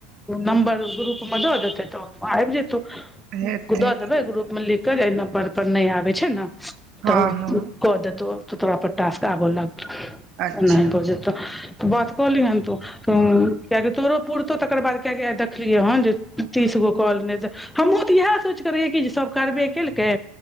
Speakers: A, in the centre; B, on the right.
A: नम्बर ग्रुप में द देते त आबि जेतौ
B: हेतै
A: द देबे ग्रुप लिख कऽ एना पर पर नहि आबै छै ने तऽ
B: हँ
A: ओ
B: हँ
A: क देतो त तोरा पर टास्क आब लग तऽ
B: अच्छा
A: नहि जेत तऽ बात कहलीहेन तू किएकि तोरो पुरतौ तकर बाद किएकि आ देखलियै हन जे तीस गो कल नहि तऽ हमहूँ तऽ इएह सोच कर रहेै कि जे सभ करबे केलकै